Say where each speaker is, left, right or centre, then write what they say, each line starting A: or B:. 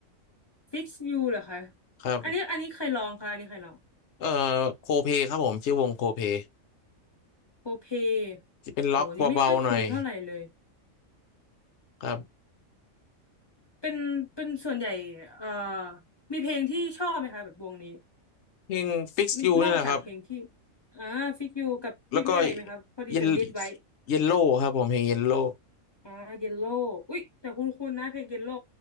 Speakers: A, on the left; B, on the left.
A: ฟิกซ์ยูเหรอคะ
B: ครับ
A: อันนี้อันนี้ใครลองคะ อันนี้ใครลอง
B: เอ่อโคเพลครับผมชื่อวงโคเพล
A: โคเพ
B: จะเป็นล็อกเบาๆหน่อย
A: โห นี่ไม่ค่อยคุ้นเท่าไหร่เลย
B: ครับ
A: เป็น เป็นส่วนใหญ่เอ่อมีเพลงที่ชอบไหมคะแบบวงนี้
B: เพลง Fix
A: มีนอกจากเพลงที่
B: You นี่แหละครับ
A: อ่าฟิกยูกับ
B: แล้วก็
A: มีเพลงอะไรอีกไหมคะพอดีจะลิสต์ไว้
B: เยลเยลโล่ครับผมเพลงเยลโล่
A: อ่าเยลโล่อุ๊ยแต่คุ้นๆนะเพลงเยลโล่